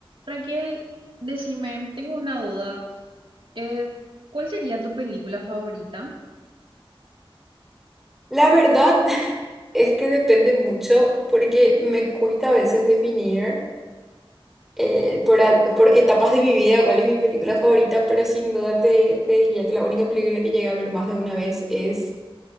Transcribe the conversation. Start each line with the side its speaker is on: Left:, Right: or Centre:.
Right: Raquel, decime, tengo una duda. Eh, ¿cuál sería tu película favorita?
Centre: La verdad <laughs> es que depende mucho porque me cuesta a veces definir eh, por, a- por etapas de mi vida cuál es mi película favorita, pero sin duda te, te diría que la única película que llegué a ver más de una vez es